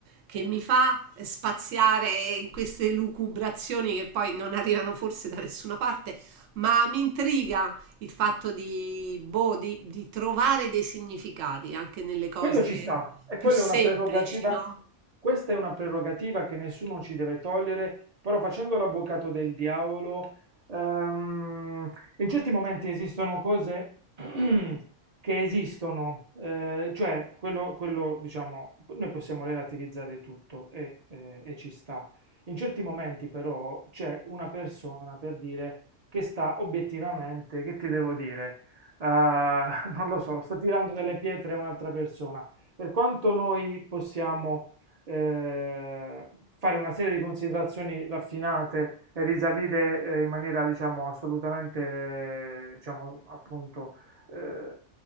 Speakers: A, on the right (about 75°); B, on the right (about 45°).
A: che mi fa spaziare in queste lucubrazioni che poi non arrivano forse da nessuna parte, ma mi intriga il fatto di, boh, di, di trovare dei significati anche nelle cose
B: Quello ci sta, e
A: più
B: quella
A: semplici,
B: è una prerogativa,
A: no?
B: questa è una prerogativa che nessuno ci deve togliere, però facendo l'avvocato del diavolo, ehm, in certi momenti esistono cose <clears throat> che esistono, eh, cioè quello, quello, diciamo, noi possiamo relativizzare tutto e, eh, e ci sta. In certi momenti però c'è una persona per dire che sta obiettivamente, che ti devo dire? Eh, <laughs> non lo so, sta tirando delle pietre a un'altra persona. Per quanto noi possiamo eh, fare una serie di considerazioni raffinate e risalire eh, in maniera, diciamo, assolutamente, eh, diciamo, appunto, eh,